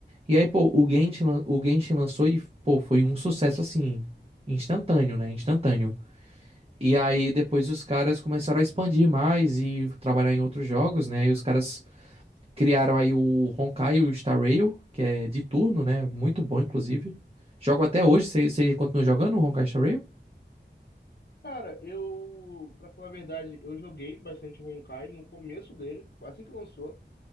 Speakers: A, on the right; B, on the left.
A: E aí, pô, o Genshin, lan- o Genshin lançou e, pô, foi um sucesso, assim, instantâneo, né? Instantâneo. E aí, depois os caras começaram a expandir mais e trabalhar em outros jogos, né? E os caras criaram aí o Honkai, o Star Rail, que é de turno, né? Muito bom, inclusive. Jogo até hoje. Você você continua jogando o Honkai Star Rail?
B: Cara, eu, pra falar a verdade, eu joguei bastante Honkai no começo dele. Assim que lançou,